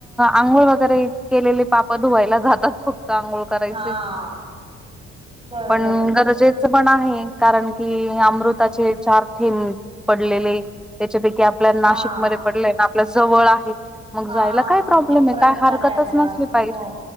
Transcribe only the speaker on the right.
हा बरोबर
आहे
हा
हा
एक
प्र
प्रयागराज
हो